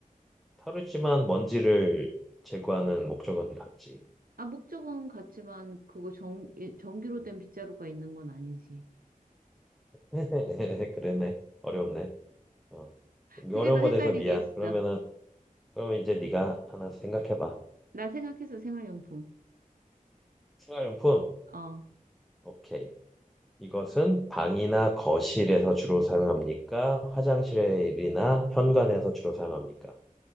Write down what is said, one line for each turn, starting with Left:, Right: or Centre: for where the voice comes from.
Centre: 타르지만 먼지를 제거하는 목적은 같지.
Right: 아, 목적은 같지만 그거 전, 예, 전기로
Centre: 음.
Right: 된 빗자루가 있는 건 아니지.
Centre: <laughs> 그러네. 어려웠네. 어.
Right: 그게
Centre: 어려운
Right: 더
Centre: 거
Right: 헷갈리게
Centre: 돼서 미안.
Right: 했어.
Centre: 그러면은 그러면 이제 네가 하나 생각해 봐.
Right: 나 생각해서 생활용품.
Centre: 생활용품.
Right: 어,
Centre: 오케이. 이것은 방이나 거실에서 주로 사용합니까? 화장실이나 현관에서 주로 사용합니까?